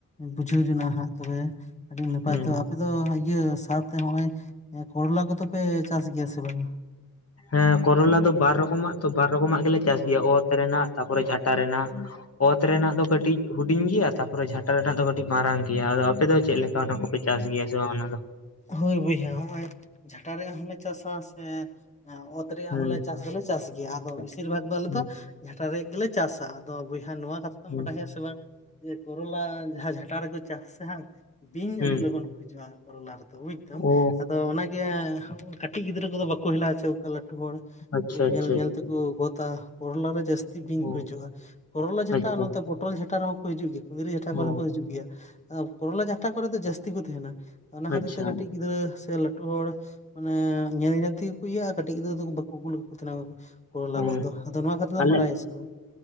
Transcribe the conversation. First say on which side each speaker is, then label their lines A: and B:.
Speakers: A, on the left; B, on the left.
A: ᱵᱩᱡᱷᱟᱹᱣ ᱡᱚᱱᱚᱜ ᱦᱟᱜ ᱛᱚᱵᱮ ᱟᱹᱰᱤ ᱱᱟᱯᱟᱭ
B: ᱦᱩᱸ
A: ᱛᱚ ᱟᱯᱮ ᱟᱫᱚ ᱤᱭᱟᱹ ᱥᱟᱶᱛᱮ ᱱᱚᱜᱼᱚᱭ ᱠᱚᱨᱚᱞᱟ ᱠᱚᱫᱚ ᱯᱮ ᱪᱟᱥ ᱜᱮᱭᱟ ᱥᱮ ᱵᱟᱝᱼᱟ?
B: ᱦᱮᱸ ᱠᱚᱨᱚᱞᱟ ᱫᱚ ᱵᱟᱨ ᱨᱚᱠᱚᱢᱟᱜ ᱛᱚ ᱵᱟᱨ ᱨᱚᱠᱚᱢᱟᱜ ᱜᱮᱞᱮ ᱪᱟᱥ ᱜᱮᱭᱟ ᱚᱛ ᱨᱮᱱᱟᱜ ᱛᱟᱨᱯᱚᱨᱮ ᱡᱷᱟᱴᱟ ᱨᱮᱱᱟᱜ ᱚᱛ ᱨᱮᱱᱟᱜ ᱫᱚ ᱠᱟᱹᱴᱤᱡ ᱦᱩᱰᱤᱧ ᱜᱮᱭᱟ ᱛᱟᱯᱚᱨᱮ ᱡᱷᱟᱴᱟ ᱨᱮᱱᱟᱜ ᱫᱚ ᱠᱟᱹᱴᱤᱡ ᱢᱟᱨᱟᱝ ᱜᱮᱭᱟ ᱟᱫᱚ ᱟᱯᱮ ᱫᱚ ᱪᱮᱫ ᱞᱮᱠᱟ ᱚᱱᱟ ᱠᱚᱯᱮ ᱪᱟᱥ ᱜᱮᱭᱟ ᱥᱮ ᱵᱟᱝ ᱚᱱᱟ ᱫᱚ?
A: ᱦᱳᱭ ᱵᱚᱭᱦᱟ ᱦᱚᱸᱜᱼᱚᱭ ᱡᱷᱟᱴᱟ ᱨᱮᱭᱟᱜ ᱦᱚᱸᱞᱮ ᱪᱟᱥᱟ ᱥᱮ ᱚᱛ ᱨᱮᱭᱟᱜ
B: ᱦᱮᱸ
A: ᱦᱚᱸᱞᱮ ᱪᱟᱥ ᱫᱚᱞᱮ ᱪᱟᱥ ᱜᱮᱭᱟ ᱟᱫᱚ ᱵᱮᱥᱤᱨ ᱵᱷᱟᱜ ᱫᱚ ᱟᱞᱮ
B: ᱦᱮᱸ
A: ᱫᱚ ᱡᱷᱟᱴᱟ ᱨᱮᱭᱟᱜ ᱜᱮᱞᱮ ᱪᱟᱥᱟ ᱟᱫᱚ ᱵᱚᱭᱦᱟ ᱱᱚᱣᱟ ᱠᱟᱛᱷᱟ ᱫᱚᱢ
B: ᱦᱮᱸ
A: ᱵᱟᱰᱟᱭᱟ ᱥᱮ ᱵᱟᱝ ᱡᱮ ᱠᱚᱨᱚᱞᱟ ᱡᱟᱦᱟᱸ ᱡᱷᱟᱴᱟ ᱨᱮᱠᱚ ᱪᱟᱥᱟ ᱥᱮ ᱦᱟᱝ ᱵᱤᱧ
B: ᱦᱩᱸ
A: ᱟᱹᱰᱤ ᱞᱚᱜᱚᱱ ᱠᱚ ᱦᱤᱡᱩᱜᱼᱟ ᱠᱚᱨᱚᱞᱟ ᱨᱮᱫᱚ ᱵᱩᱡ᱾
B: ᱚ
A: ᱟᱫᱚ ᱚᱱᱟᱜᱮ ᱠᱟᱹᱴᱤᱡ ᱜᱤᱫᱽᱨᱟᱹ ᱠᱚᱫᱚ ᱵᱟᱠᱚ ᱦᱮᱞᱟ ᱟ ᱪᱮ ᱚᱠᱟ ᱞᱟᱹᱴᱩ ᱛᱩ ᱦᱚᱲ
B: ᱟᱪᱪᱷᱟ
A: ᱠᱚ
B: ᱟᱪᱪᱷᱟ
A: ᱧᱮᱞ
B: ᱟᱪᱪᱷᱟ
A: ᱧᱮᱞ ᱛᱮᱠᱚ ᱚᱜᱚᱫᱟ ᱠᱚᱨᱚᱞᱟ ᱨᱮ ᱡᱟᱹᱥ ᱵᱤᱧ
B: ᱚ
A: ᱠᱚ ᱦᱤᱡᱩᱜᱼᱟ ᱠᱚᱨᱚᱞᱟ ᱡᱷᱟᱴᱟ
B: ᱟᱪᱪᱷᱟ
A: ᱟᱨ ᱯᱚᱴᱚᱞ ᱡᱷᱟᱴᱟ ᱨᱮᱦᱚᱸ ᱦᱤᱡᱩᱜ ᱜᱮᱭᱟ ᱠᱩᱸᱫᱽᱨᱤ ᱡᱷᱟᱴᱟ ᱠᱚᱨᱮ
B: ᱚ
A: ᱦᱚᱸ ᱠᱚ ᱦᱤᱡᱩᱜ ᱜᱮᱭᱟ ᱾ ᱟᱸ ᱠᱚᱨᱚᱞᱟ ᱡᱷᱟᱴᱟ ᱠᱚᱨᱮ ᱫᱚ ᱡᱟᱹᱥᱛᱤ ᱠᱚ ᱛᱟᱦᱮᱸᱱᱟ, ᱚᱱᱟ ᱠᱷᱟᱹᱛᱤᱨ
B: ᱟᱪᱪᱷᱟ
A: ᱛᱮ ᱠᱟᱹᱴᱤᱡ ᱜᱤᱫᱽᱨᱟᱹ ᱥᱮ ᱞᱟᱹᱴᱩ ᱦᱚᱲ ᱢᱟᱱᱮ ᱧᱮᱞ ᱧᱮᱞ ᱛᱮᱜᱮ ᱠᱩ ᱤᱭᱟᱜᱼᱟ ᱠᱟᱹᱴᱤᱡ ᱜᱤᱫᱽᱨᱟᱹ ᱫᱚᱠᱚ ᱵᱟᱠᱚ ᱠᱩᱞ ᱟᱠᱚ ᱛᱟᱦᱮᱸᱱᱟ ᱟᱹᱠᱩ ᱠᱚᱨᱚᱞᱟ
B: ᱚ
A: ᱜᱚᱫᱽ ᱫᱚ, ᱟᱫᱚ ᱱᱚᱶᱟ ᱠᱟᱛᱷᱟ ᱫᱚᱢ
B: ᱟᱞᱮ
A: ᱵᱟᱰᱟᱭ ᱟᱥᱮ ᱵᱟᱝ?